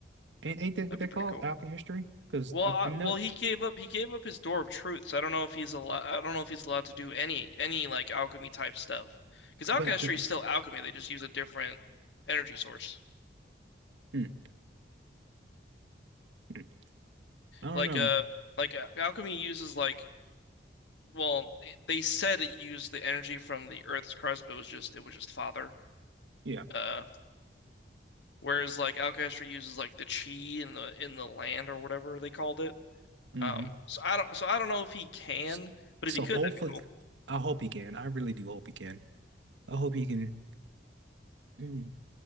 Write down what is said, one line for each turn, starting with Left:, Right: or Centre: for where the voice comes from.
Right: ain't ain't that
Left: That'd
Right: what they
Left: be pretty
Right: call
Left: cool.
Right: Alka history? Because
Left: Well,
Right: I'm
Left: I, well,
Right: not.
Left: he gave up. He gave up his door of truth. So I don't know if he's allowed. I don't know if he's allowed to do any any like alchemy type stuff. Because alchemy
Right: But the,
Left: is still alchemy. They just use a different energy source.
Right: hmm, hmm. I don't
Left: Like
Right: know.
Left: uh, like al- alchemy uses like well, it- they said it used the energy from the Earth's crust, but it was just it was just father.
Right: Yeah.
Left: Uh, whereas like alchemy uses like the chi in the in the land or whatever they called it.
Right: hmm
Left: Um, so I don't so I don't know if he can,
Right: S-
Left: but
Right: So
Left: if he could,
Right: hopefully,
Left: that'd be cool.
Right: I hope he can. I really do hope he can. I hope he can. Mm.